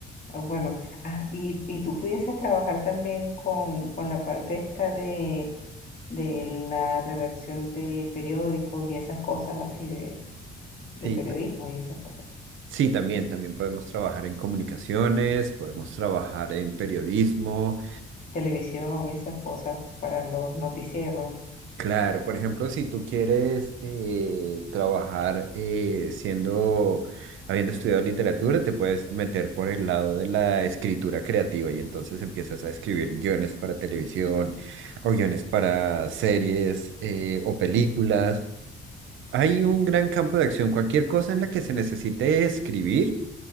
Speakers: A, on the left (about 40°); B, on the right (about 80°).
A: Ah, bueno, ah, y, y tú pudieses trabajar también con, con la parte esta de, de la redacción de periódicos y esas cosas así de, de
B: Sí.
A: periodismo y esas cosas,
B: Sí, también, también podemos trabajar en comunicaciones, podemos trabajar en periodismo,
A: televisión y esas cosas para los noticieros
B: Claro, por ejemplo, si tú quieres eh, trabajar eh, siendo, habiendo estudiado literatura, te puedes meter por el lado de la escritura creativa y entonces empiezas a escribir guiones para televisión o guiones para series eh, o películas. Hay un gran campo de acción, cualquier cosa en la que se necesite escribir